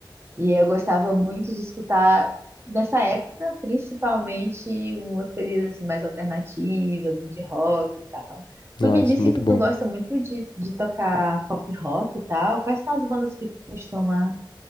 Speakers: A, on the right; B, on the left.
A: E eu gostava muito de escutar, nessa época, principalmente umas coisas assim mais alternativas, de rock e tal.
B: Nossa,
A: Tu me disse
B: muito
A: que tu
B: bom.
A: gosta muito de, de tocar pop rock e tal. Quais são as bandas que tu costuma